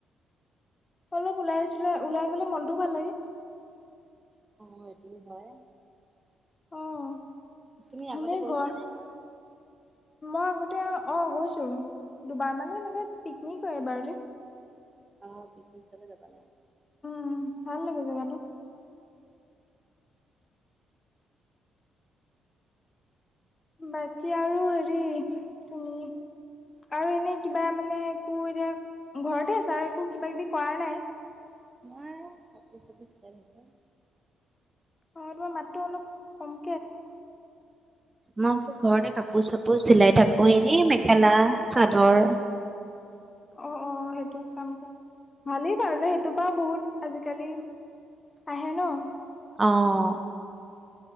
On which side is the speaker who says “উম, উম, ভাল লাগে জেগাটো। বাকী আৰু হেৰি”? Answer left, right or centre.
Left